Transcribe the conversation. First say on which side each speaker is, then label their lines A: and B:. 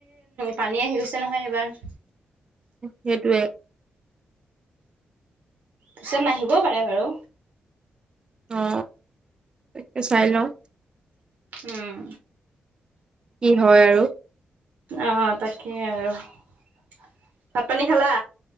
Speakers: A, on the right; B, on the right.
A: পানী আহি গৈছে নহয় এইবাৰ।
B: সেইটোৱে
A: পিছত নাহিবও পাৰে বাৰু।
B: অ তে চাই লওঁ।
A: উম।
B: কি হয় আৰু।
A: আহ তাকে আৰু ভাত পানী খালা।